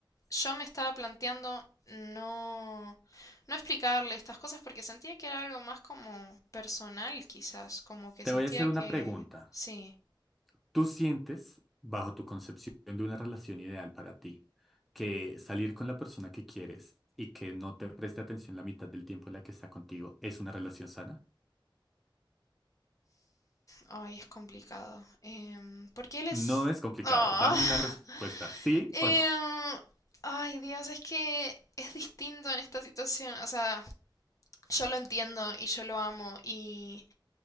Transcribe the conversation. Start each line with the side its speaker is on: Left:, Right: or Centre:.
Left: yo me estaba planteando no, no explicarle estas cosas porque sentía que era algo más como personal, quizás, como que
Centre: Te
Left: sentía
Centre: voy a hacer una
Left: que
Centre: pregunta.
Left: sí.
Centre: ¿Tú sientes, bajo tu concepción de una relación ideal para ti, que salir con la persona que quieres y que no te preste atención la mitad del tiempo en la que está contigo es una relación sana?
Left: Ay, es complicado. Em, porque él es...
Centre: No es complicado.
Left: Ah.
Centre: Dame
Left: <laughs>
Centre: una respuesta, sí
Left: Em,
Centre: o no.
Left: ay, Dios, es que es distinto en esta situación. O sea, yo lo entiendo y yo lo amo y,